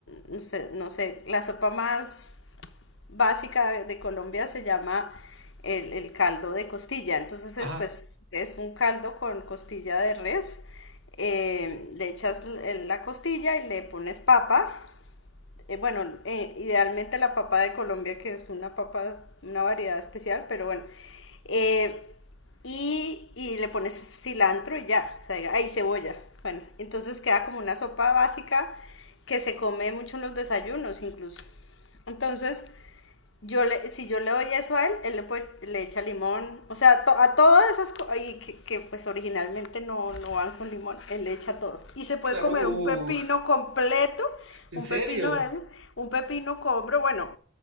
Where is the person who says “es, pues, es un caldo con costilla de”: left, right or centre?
Left